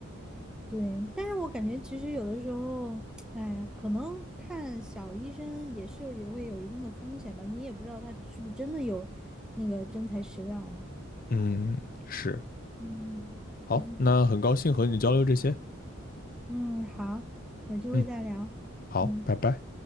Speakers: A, in the centre; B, on the left.
A: 对，但是我感觉其实有的时候，<tsk> 哎呀，可能看小医生也是也会有一定的风险吧，你也不知道他是不是真的有那个真材实料。
B: 嗯，是，
A: 嗯，
B: 好，
A: 是的，
B: 那很高兴和你交流这些，
A: 嗯，好，有机会再聊。
B: 嗯，好，
A: 嗯。
B: 拜拜。